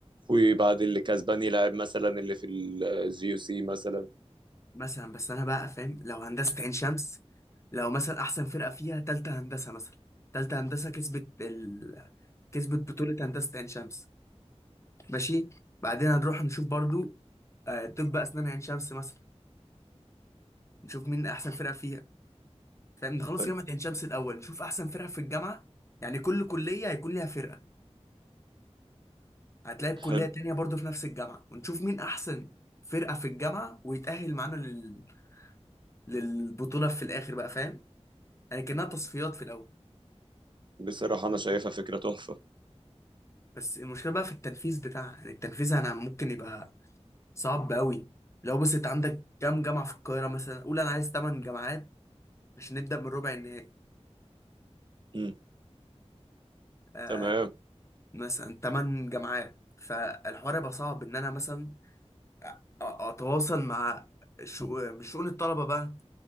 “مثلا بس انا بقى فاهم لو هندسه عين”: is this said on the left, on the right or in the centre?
Left